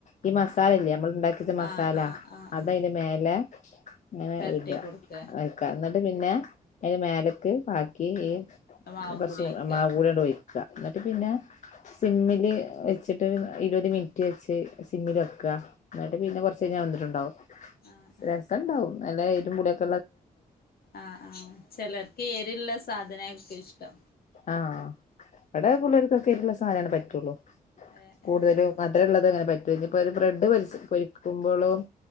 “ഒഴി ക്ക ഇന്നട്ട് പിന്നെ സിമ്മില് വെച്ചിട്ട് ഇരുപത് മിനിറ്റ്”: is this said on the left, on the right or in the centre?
Left